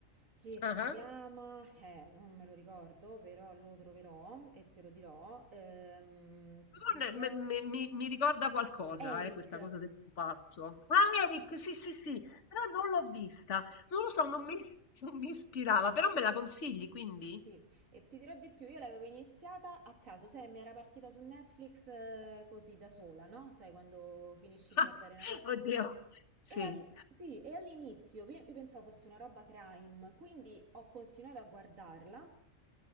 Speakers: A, on the right (about 80°); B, on the left (about 60°).
A: che si
B: Ah-ah.
A: chiama, eh, non me lo ricordo, però lo troverò e te lo dirò. ehm, si
B: Però ne
A: chiama
B: me me mi mi ricorda qualcosa,
A: Eric.
B: eh, questa cosa del pupazzo. Ah,
A: Sì,
B: Eric, sì, sì, sì, però non l'ho vista. Non lo so, non mi <laughs> non mi ispirava, però me la consigli quindi?
A: Sì, e ti dirò di più, io l'avevo iniziata a caso, sai, mi era partita su Netflix eh, così da sola, no? Sai, quando finisci
B: <laughs>
A: di guardare una cosa.
B: Oddio, sì.
A: E, al- sì, e all'inizio io io pensavo fosse una roba crime, quindi ho continuato a guardarla